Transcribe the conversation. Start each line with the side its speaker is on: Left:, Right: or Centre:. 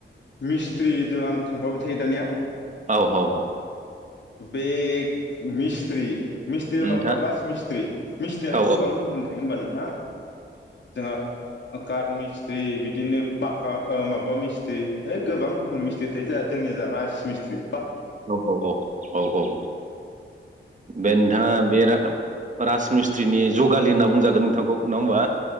Left: मिस्ट्रिजों आं थांफाबाय थायो दानिया
Right: औ औ औ
Left: बे मिस्त्रि मिस्त्रि होनबाथ'
Right: नोंथां
Left: राज मिस्त्रि मिस य्रियाथ'
Right: औ
Left: गोबां रोखोमनि थायो होनबा नोंथां जोंङा काट मि मिस्ट्रि बिदिनो पाका ओ माबा मिस्ट्रि है गोबां रोखोम मिस्ट्रि थायो जा जोंनि जा राज मिस्ट्रि
Right: औ औ औ औ औ बे नोंथाङा बे रा <unintelligible> राजमिस्त्रिनि जगालि होनना बुंजागोन नोंथांखौ नङा होमबा